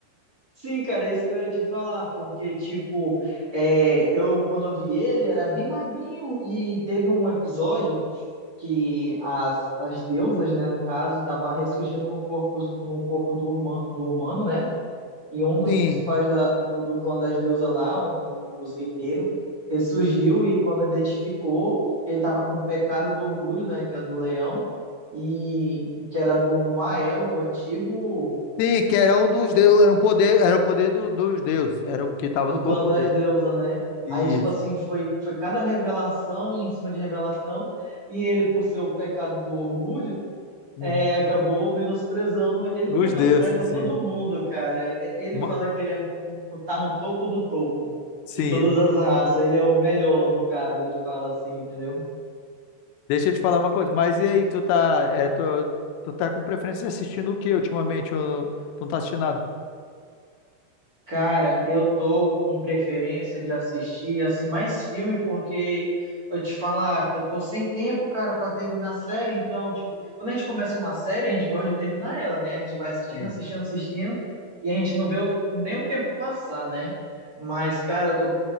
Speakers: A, on the right (about 25°); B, on the left (about 85°).
A: Sim, cara, é isso que eu ia te falar, porque, tipo, é, eu, quando eu vi ele, era bem magrinho e teve um episódio que as, as deusas, né, no caso, estavam ressurgindo no corpo, no corpo do, urma- do humano, né? E um dos
B: Sim,
A: principais da, do, do clã das deusas lá, um do- dos guerreiros, ressurgiu e quando identificou, ele estava com o pecado do orgulho, né, que é do leão, e que era do Mael, do antigo
B: sim, que era o dos deuses, era um poder, era o poder do- dos deuses, era o que tava
A: do
B: no
A: clã
B: corpo
A: das
B: dele.
A: deusas, né?
B: Isso.
A: Aí, tipo assim, foi, foi cada revelação em cima de revelação, e ele, por ser o pecado do orgulho,
B: Uhum.
A: É, acabou menosprezando. Ele
B: Os
A: menospreza
B: deuses,
A: todo
B: sim.
A: mundo, cara. E- Ele
B: Mo-
A: fala que ele é, um- um, tá no topo do topo
B: Sim,
A: de todas as raças. Ele é o melhor, no caso. Ele fala assim, entendeu?
B: Deixa eu te falar uma coisa, mas e aí, tu tá, é, tu, tu tá com preferência de assistindo o que ultimamente? Ou tu não tá assistindo nada?
A: Cara, eu tô com preferência de assistir assim mais filme porque eu te falar que eu tô sem tempo, cara, pra terminar a série. Então, tipo, quando a gente começa uma série, a gente gosta de terminar ela, né? A gente vai assistindo,
B: É.
A: assistindo, assistindo e a gente não vê o- nem o tempo passar, né? Mas, cara, eu tô